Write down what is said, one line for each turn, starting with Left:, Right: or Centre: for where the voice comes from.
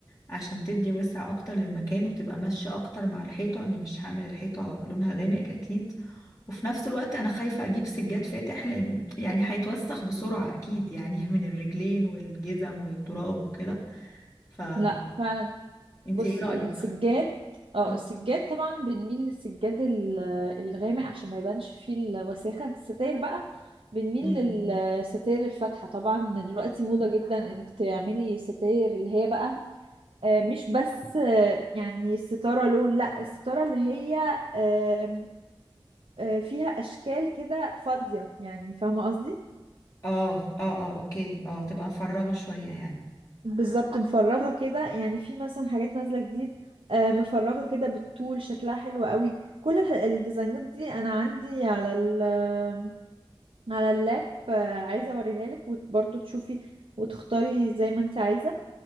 Left: عشان تدي وسع اكتر للمكان وتبقى ماشية اكتر مع الحيطة اني مش هعمل الحيطة لونها غامق اكيد وفي نفس الوقت انا خايفة اجيب سجاد فاتح لان يعني هيتوسخ بسرعة اكيد يعني <laughs> من الرجلين والجزم والتراب وكده فانت
Right: لا فعلا بصي
Left: ايه رأيك؟
Right: السجاد اه
Left: مم.
Right: السجاد طبعا بنميل للسجاد ال- الغامق عشان ما يبانش فيه الوساخة الستاير بقى بنميل
Left: مم.
Right: للستاير الفاتحة طبعا دلوقتي موضة جدا انك تعملي ستاير اللي هي بقى آه، مش بس آه، يعني الستارة لون لا الستارة اللي هي آم، آه، فيها أشكال كده فاضية يعني فاهمة قصدي؟
Left: اه اه اه اوكي اه تبقى مفرغة شوية يعني
Right: بالظبط مفرغة كده يعني في مثلا حاجات نازلة جديد آه، مفرغة كده بالطول شكلها حلو قوي كل الح- الديزاينات دي انا عندي على ال على اللاب آه، عايزة اوريها لك وبرضه تشوفي وتختاري زي ما انت عايزة